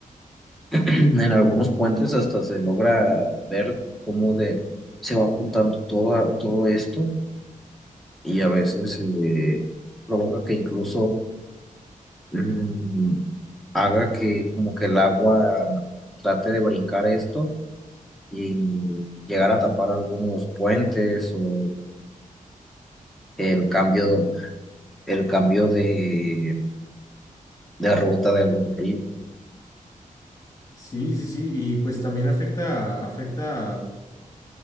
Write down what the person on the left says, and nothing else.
Sí, sí, sí, y pues también afecta, afecta